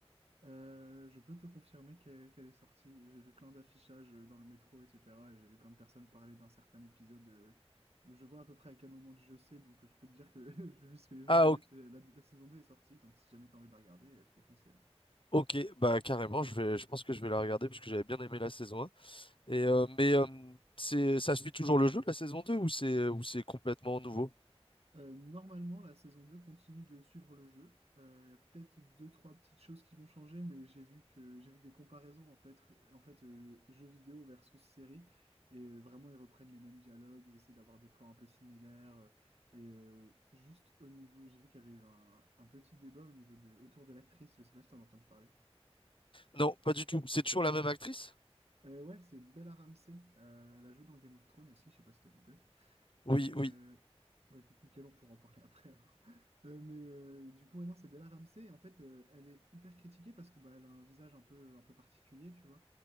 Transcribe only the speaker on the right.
Euh, je peux te confirmer qu'elle qu'elle est sortie. J'ai vu plein d'affichages euh, dans le métro, etc. Et j'ai vu plein de personnes parler d'un certain épisode. euh, je vois à peu près à quel moment du jeu c'est, donc euh, je peux te dire que <laughs> j'ai vu ce que les gens
disaient,
c'est la, la saison 2 est sortie, donc si jamais t'as envie de la regarder, euh, faut foncer. hein.
Euh, normalement, la saison 2 continue de suivre le jeu. Euh, Il y a peut-être deux, trois petites choses qui vont changer, mais j'ai vu que j'ai vu des comparaisons en fait, en fait euh, jeux vidéo versus série, et euh, vraiment ils reprennent les mêmes dialogues, ils essaient d'avoir des plans un peu similaires, euh, et euh, juste au niveau, j'ai vu qu'il y avait eu un, un petit débat au niveau de autour de l'actrice. Je sais pas si t'en as entendu parler.
Euh, ouais, c'est Bella Ramsey. Euh, elle a joué dans Game of Thrones aussi. Je sais pas si t'as vu GOT.
Euh,
bah, nickel, on pourra en parler après alors. Euh, mais euh, du coup, ouais, non, c'est Bella Ramsey. Et En fait, euh, elle est hyper critiquée parce que bah, elle a un visage un peu, un peu particulier, tu vois.